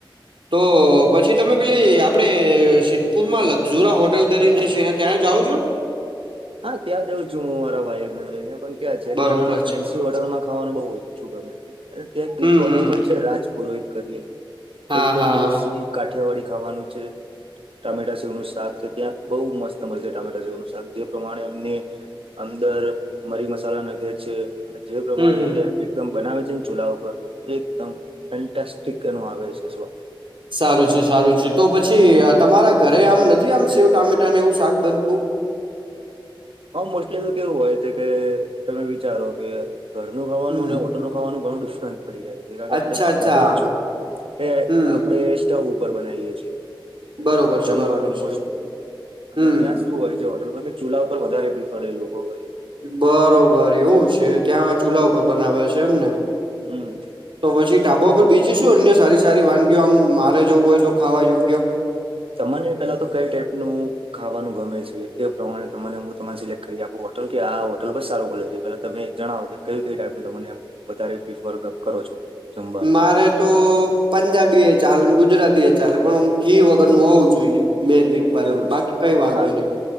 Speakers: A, on the right; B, on the right.
A: તો પછી તમે પેલી આપણે સિદ્ધપુરમાં લકઝુરા હોટલ કરીને છે. ત્યાં જવો છો.
B: હા ત્યાં જઉં છું હું મારા ભાઈને લઈને પણ ક્યાં છે
A: બરોબર
B: ત્યાં મને ફેન્સી
A: છે બરોબર
B: હોટલમાં
A: છે.
B: ખાવાનું બઉ ઓછું ગમે છે ત્યા અને ત્યાં બીજી
A: હમ
B: હોટલ
A: હમ
B: પણ છે રાજપુરોહિત કરીને
A: હા
B: એકદમ
A: હા
B: દેશી કાઠિયાવાડી ખાવાનું છે ટામેટા સેવ નું શાક છે ત્યાં બો મસ્ત મળે છે ટામેટા સેવ નું શાક. જે પ્રમાણે એમને અંદર મરી મસાલા નાખયા છે અને જે પ્રમાણે
A: હમ હમ
B: એ <unintelligible> એકમ બનાવે છે ને ચૂલા ઉપર એકદમ ફેન્ટાસિક ન આવે છે સ્વાદ
A: સારું છે સારું છે તો પછી તમારા ઘરે આમ નથી આમ શેવ ટામેટાને એવું શાક બનતું
B: હ મોસ્ટલી તો કેવું હોય છે કે તમે વિચારો કે ઘરનું ખાવાનું
A: હમ
B: હોટલનું ખવાનું ઘણું ડિફરન્સ પડી જાય જે કે
A: અચ્છા
B: આપણે
A: અચ્છા
B: ઘરે જ છું કે
A: હમ
B: આપણે સ્ટવ ઉપર બનાવીએ છીએ
A: બરોબર છે
B: જમવાનું
A: બરોબર છે
B: મોસ્ટલી અને
A: હમ
B: ત્યાં શું હોય છે હોટલમાં કે ચૂલા ઉપર વધારે પ્રિફર લોકો કરે છે.
A: બરોબર એવું છે ત્યાં ચૂલા ઉપર બનાવે છે એમને.
B: હમમ.
A: તો પછી ઢાબા પર બીજીશું અન્ય સારી સારી વાનગી આમ મારે જવું હોય તો ખાવા યોગ્ય
B: તમને પેલા તો કઈ ટાઈપ નું ખાવાનું ગમે છે એ પ્રમાણે તમને હું તને સિલેક્ટ કરી આપ હોટલ કે આ હોટલ બસ સારું બો છે પેલા તમે જણાવો કે કઈ કઈ ટાઈપ તમને આમ વધારે પ્રિફર કરો છો. જમવાનું
A: મારે તો પંજાબી એ ચાલે ગુજરાતી એ ચાલે પણમ ઘી વગર નું હોવું જોઈએ મેન રી
B: એવું
A: મેન્ટ બાકી
B: છે
A: કઈ વાંધો
B: હા
A: નહીં